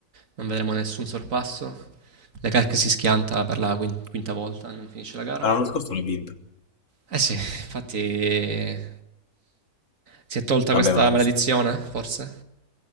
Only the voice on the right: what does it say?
non vedremo nessun sorpasso. Leclerc si schianta per la quin- quinta volta, non finisce la gara.
Eh sì, infatti si è tolta
questa
maledizione, forse?